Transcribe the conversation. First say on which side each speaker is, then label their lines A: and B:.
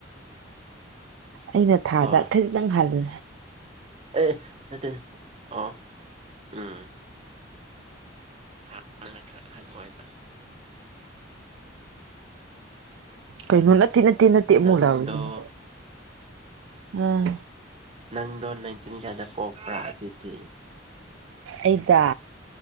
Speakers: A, on the right; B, on the right.
A: ꯑꯩꯅ ꯊꯥꯗ
B: ꯀꯣ
A: ꯈꯖꯤꯛꯇꯪ ꯍꯜꯂꯦ
B: ꯑꯦ ꯅꯠꯇꯦ ꯑꯣ ꯎꯝ ꯊꯥ ꯗ ꯅꯪꯅ ꯈꯔ ꯑꯍꯟ ꯑꯣꯏꯕ
A: ꯀꯩꯅꯣ ꯅꯠ ꯅꯠꯇꯦ ꯅꯠꯇꯦ
B: ꯅꯪꯗꯣ
A: ꯃꯣꯖꯥ ꯑꯣꯏꯗꯣꯏꯅꯤ ꯑꯥ
B: ꯅꯪꯗꯣ ꯅꯥꯏꯟꯇꯤꯟ ꯀꯥꯌꯥꯗ ꯄꯣꯛꯄ꯭ꯔꯥ ꯑꯗꯨꯗꯤ
A: ꯑꯩꯗꯥ